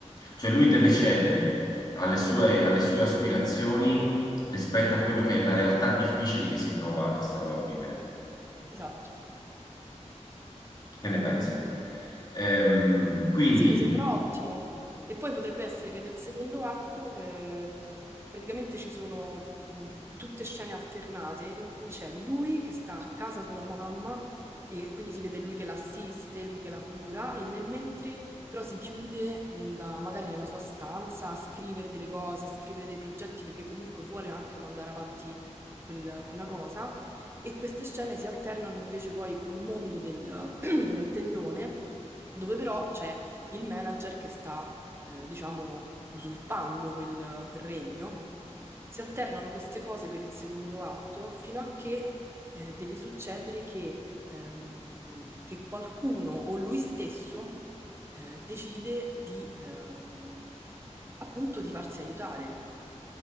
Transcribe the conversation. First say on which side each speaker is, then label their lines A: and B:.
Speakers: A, on the left (about 35°); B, on the right (about 20°).
A: Cioè lui deve cedere alle sue, alle sue aspirazioni rispetto a quello che è la realtà difficile che si trova, che si trova a vivere.
B: esatto.
A: Che ne pensi? Ehm, quindi
B: Sì, mi sembra ottimo. E poi potrebbe essere che nel secondo atto eh, praticamente ci sono mh, tutte scene alternate in cui c'è lui che sta a casa con la mamma e quindi si vede lui che l'assiste, lui che la cura e nel mentre però si chiude nella- magari nella sua stanza a scrivere delle cose, a scrivere dei progetti perché comunque vuole anche mandare avanti quel- quella cosa e queste scene si alternano invece poi col mondo del <clears throat> del tendone dove però c'è il manager che sta, eh, diciamo, usurpando quel, quel regno. Si alternano queste cose per il secondo atto fino a che eh, deve succedere che, ehm, che qualcuno o lui stesso eh, decide di, ehm, appunto, di farsi aiutare.